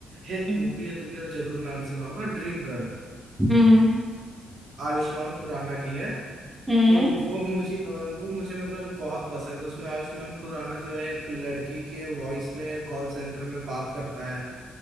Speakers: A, on the right; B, in the centre.
A: <laughs> एक
B: हम्म
A: मूवी है तुमने जरूर नाम सुना होगा ड्रीम गर्ल
B: हम्म
A: आयुष्मान खुराना की है
B: हम्म
A: तो वो मुझे अ, वो मुझे मतलब बहुत पसंद है उसमें आयुष्मान खुराना जो है एक लड़की के वॉइस में कॉल सेंटर में बात करता है